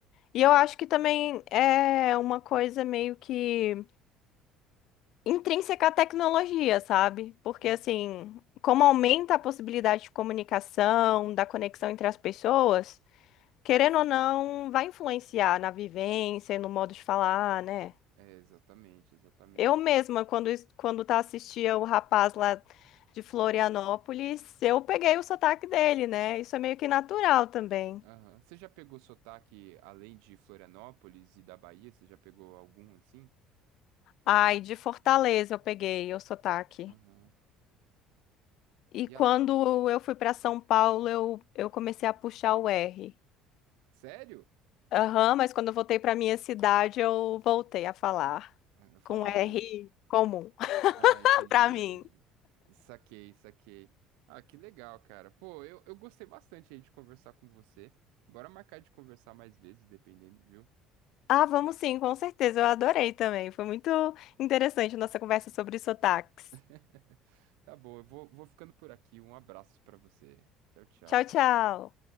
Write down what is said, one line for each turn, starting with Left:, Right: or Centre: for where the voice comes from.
Left: E eu acho que também é uma coisa meio que intrínseca à tecnologia, sabe? Porque
Right: Uhum.
Left: assim, como aumenta a possibilidade de comunicação, da conexão entre as pessoas, querendo ou não, vai influenciar na vivência, e no modo de falar, né?
Right: É, exatamente, exatamente.
Left: Eu mesma, quando, es- quando tá assistia o rapaz lá de Florianópolis, eu peguei o sotaque dele, né? Isso é meio que natural também.
Right: Aham. Você já pegou sotaque além de Florianópolis e da Bahia? Você já pegou algum assim?
Left: Ai, de Fortaleza eu peguei o sotaque.
Right: Aham.
Left: E
Right: E
Left: quando
Right: a...
Left: eu fui para São Paulo, eu, eu comecei a puxar o R.
Right: Sério?
Left: Aham, mas quando eu voltei para minha cidade, eu voltei a falar
Right: Ah, eu Falar
Left: com R
Right: o.
Left: comum <laughs>
Right: Ah, entendi,
Left: para
Right: entendi.
Left: mim.
Right: Saquei, saquei. Ah, que legal, cara. Pô, eu, eu gostei bastante aí de conversar com você. Bora marcar de conversar mais vezes, dependendo, viu?
Left: Ah, vamos sim, com certeza. Eu adorei também. Foi muito interessante a nossa conversa sobre sotaques.
Right: <laughs> Tá bom, eu vou, vou ficando por aqui. Um abraço pra você. Tchau, tchau.
Left: Tchau, tchau.